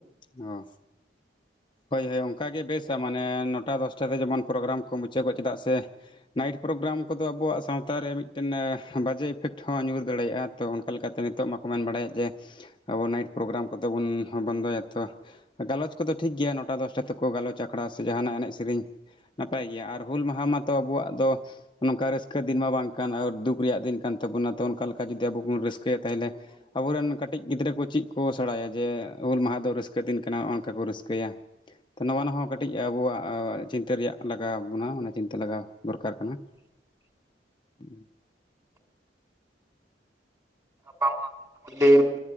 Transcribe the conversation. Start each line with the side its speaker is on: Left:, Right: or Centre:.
Left: ᱚ ᱦᱳᱭ ᱦᱳᱭ ᱚᱱᱠᱟᱜᱮ ᱵᱮᱥᱟ ᱢᱟᱱᱮ ᱱᱚᱴᱟ ᱫᱚᱥᱴᱟ ᱛᱮ ᱡᱮᱢᱚᱱ ᱯᱨᱳᱜᱨᱟᱢ ᱠᱚ ᱢᱩᱪᱟᱹᱫᱚᱜ ᱪᱮᱫᱟᱜ ᱥᱮ ᱱᱟᱭᱤᱴ ᱯᱨᱳᱜᱨᱟᱢ ᱠᱚᱫᱚ ᱟᱵᱚᱣᱟᱜ ᱥᱟᱶᱛᱟ ᱨᱮ ᱢᱤᱫᱴᱮᱱ ᱵᱟᱡᱮ ᱤᱯᱷᱮᱠᱴ ᱦᱚᱸ ᱧᱩᱨ ᱫᱟᱲᱮᱭᱟᱜᱼᱟ ᱛᱚ ᱚᱱᱠᱟ ᱞᱮᱠᱟᱛᱮ ᱱᱤᱛᱚᱜ ᱢᱟᱠᱚ ᱢᱮᱱ ᱵᱟᱲᱟᱭᱮᱫ ᱡᱮ ᱟᱵᱚ ᱱᱟᱭᱤᱴ ᱯᱨᱳᱜᱨᱟᱢ ᱠᱚᱫᱚ ᱵᱚᱱ ᱵᱚᱱᱫᱚᱭᱟ ᱛᱚ ᱜᱟᱞᱚᱪ ᱠᱚᱫᱚ ᱴᱷᱤᱠ ᱜᱮᱭᱟ ᱱᱚᱴᱟ ᱫᱚᱥᱴᱟ ᱛᱮᱠᱚ ᱜᱟᱞᱚᱪ ᱟᱠᱷᱲᱟ ᱥᱮ ᱡᱟᱦᱟᱱᱟᱜ ᱮᱱᱮᱡ ᱥᱮᱨᱮᱧ ᱱᱟᱯᱟᱭ ᱜᱮᱭᱟ ᱟᱨ ᱦᱩᱞ ᱢᱟᱦᱟ ᱢᱟᱛᱚ ᱟᱵᱚᱣᱟᱜ ᱫᱚ ᱱᱚᱝᱠᱟ ᱨᱟᱹᱥᱠᱟᱹ ᱫᱤᱱ ᱢᱟ ᱵᱟᱝ ᱠᱟᱱ ᱟᱨ ᱫᱩᱠ ᱨᱮᱭᱟᱜ ᱫᱤᱱ ᱠᱟᱱ ᱛᱟᱵᱚᱱᱟ ᱛᱚ, ᱚᱱᱠᱟ ᱞᱮᱠᱟ ᱡᱩᱫᱤ ᱟᱵᱚ ᱵᱚᱱ ᱨᱟᱹᱥᱠᱟᱹᱭᱟ ᱛᱟᱦᱚᱞᱮ ᱟᱵᱚᱨᱮᱱ ᱠᱟᱹᱴᱤᱡ ᱜᱤᱫᱽᱨᱟᱹ ᱠᱚ ᱪᱮᱫ ᱠᱚ ᱥᱮᱬᱟᱭᱟ ᱡᱮ ᱦᱩᱞ ᱢᱟᱦᱟ ᱫᱚ ᱨᱟᱹᱥᱠᱟᱹ ᱨᱟᱹᱥᱠᱟᱹ ᱫᱤᱱ ᱠᱟᱱᱟ ᱦᱚᱸ ᱚᱱᱠᱟ ᱠᱚ ᱨᱟᱹᱥᱠᱟᱹᱭᱟ᱾ ᱛᱚ ᱱᱚᱣᱟ ᱨᱮᱱᱟᱜ ᱦᱚᱸᱚᱸ ᱠᱟᱹᱴᱤᱡ ᱟᱵᱚᱣᱟᱜ ᱪᱤᱱᱛᱟᱹ ᱨᱮᱭᱟᱜ ᱞᱟᱜᱟᱣ ᱵᱚᱱᱟ ᱚᱱᱟ ᱪᱤᱱᱛᱟᱹ ᱞᱟᱜᱟᱣ ᱫᱚᱨᱠᱟᱨ ᱠᱟᱱᱟ᱾
Right: <inaudible>
Left: <inaudible>
Right: ᱵᱟᱝ ᱢᱟ ᱥᱮᱢ